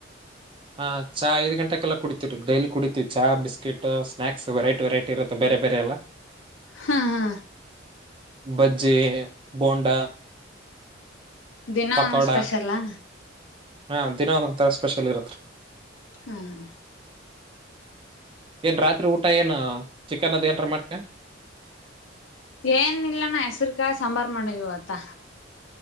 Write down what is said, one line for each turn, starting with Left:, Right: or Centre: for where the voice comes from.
Right: ಹ ಚಾ ಐದು ಗಂಟೆಗೆೆಲ್ಲ ಕುಡಿತತಿವಿ ಡೈಲಿ ಕುಡಿತತಿೀವಿ ಚಾ ಬಿಸ್ಕಿಟ್ ಸ್ನಾಕ್ಸ್ ವೆರೈಟಿ ವೆರೈಟಿರುತ್ತ ಬೇರೆ ಬೇರೆ ಎಲ್ಲ
Left: ಹಾ ಹಾ
Right: ಬಜ್ಜಿ ಬೋಂಡಾ
Left: ದಿನಾ
Right: ಪಕೋಡ
Left: ಸ್ಪೆಷಲಾ
Right: ಹಾ ದಿನ ಒಂದೊ್ಥರಾ ಸ್ಪೆಷಲ್ ಇರತ್ರಿ
Left: ಹ್ಮ ಹಾ
Right: ಏನ್ ರಾತ್ರಿ ಊಟ ಏನ್ ಚಿಕನ್ ಅದ ಏನ್ರ ಮಾಡ್ತೇನ್
Left: ಏನ್ ಇಲ್ಲನ ಹೆಸರುಕಾಯಿ ಸಾಂಬಾರ್ ಮಾಡಿವಿ ಇವತ್ತು